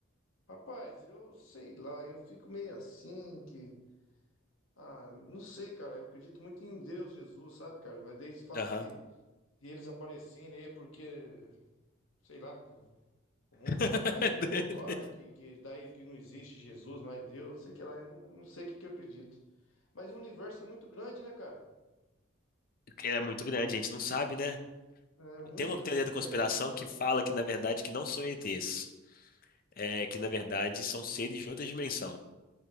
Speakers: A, on the left (about 85°); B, on the left (about 45°).
A: Rapaz, eu sei lá, eu fico meio assim que... Ah, não sei, cara, eu acredito muito em Deus, Jesus, sabe, cara? Mas daí se fala
B: Aham.
A: que se... e eles aparecendo aí porque, sei lá, que o
B: <laughs>
A: mundo vai virar de perna pro ar, que, que daí que não existe Jesus, mas Deus, sei que lá, eu não, não sei o que, que eu acredito. Mas o universo é muito grande, né, cara?
B: Ele é muito grande, a gente não sabe, né?
A: É muito
B: Tem uma teoria
A: gigante
B: da conspiração
A: demais.
B: que fala que, na verdade, que não são ETs. É, que, na verdade, são seres de outra dimensão.